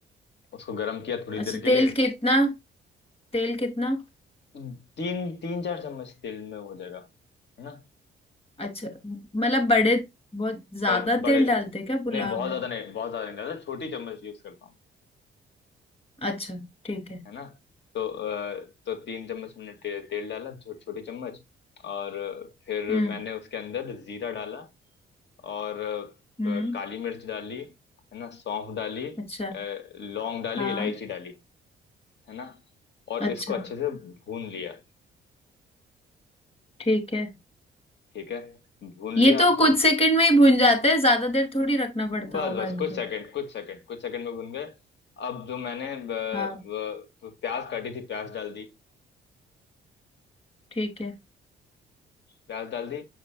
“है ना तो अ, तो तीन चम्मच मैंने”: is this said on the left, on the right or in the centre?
Left